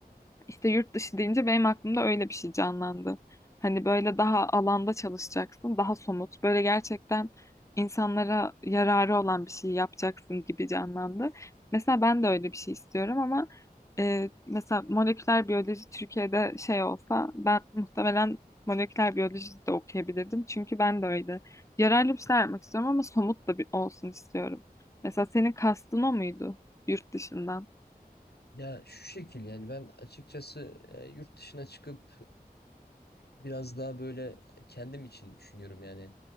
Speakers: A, on the left (about 20°); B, on the left (about 85°).
A: işte yurt dışı deyince benim aklımda öyle bir şey canlandı. Hani böyle daha alanda çalışacaksın, daha somut, böyle gerçekten insanlara yararı olan bir şey yapacaksın gibi canlandı. Mesela ben de öyle bir şey istiyorum ama e, mesela moleküler biyoloji Türkiye'de şey olsa ben muhtemelen moleküler biyoloji de okuyabilirdim. Çünkü ben de öyle yararlı bir şeyler yapmak istiyorum ama somut da bir olsun istiyorum. Mesela senin kastın o muydu yurt dışından?
B: Ya şu şekil yani ben açıkçası e, yurt dışına çıkıp biraz daha böyle kendim için düşünüyorum yani